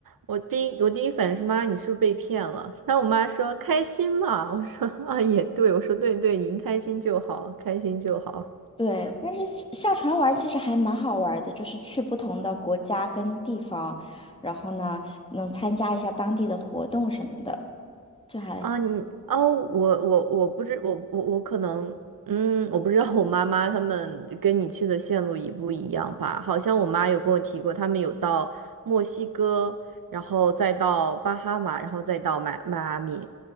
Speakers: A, on the right; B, on the left.
A: 我第一我第一反应是妈，你是不是被骗了？然后我妈说开心嘛，我说啊也对，我说对对，您开心就好，开心就好
B: 对，但是下下船玩儿其实还蛮好玩儿的，就是去不同的国家跟地方，然后呢，能参加一下当地的活动什么的，就还，
A: 啊。你哦，我我我不知我我我可能嗯，我不知道我妈妈他们跟你去的线路一不一样吧？好像我妈有跟我提过，他们有到墨西哥，然后再到巴哈马，然后再到迈迈阿密。